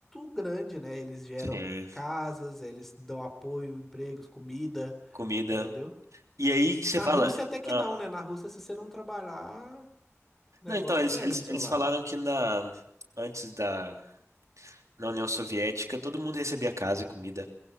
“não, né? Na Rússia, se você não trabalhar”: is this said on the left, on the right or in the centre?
Centre